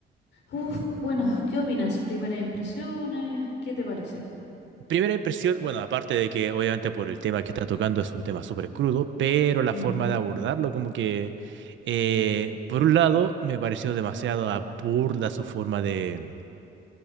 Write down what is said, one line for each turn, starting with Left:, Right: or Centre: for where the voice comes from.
Left: Uf, bueno, ¿qué opinas? Primeras impresiones, ¿qué te parece?
Right: Primera impresión, bueno, aparte de que obviamente por el tema que está tocando es un tema súper crudo, pero la
Left: Ujú,
Right: forma de abordarlo como que, eh, por un lado, me pareció demasiado aburda su forma de,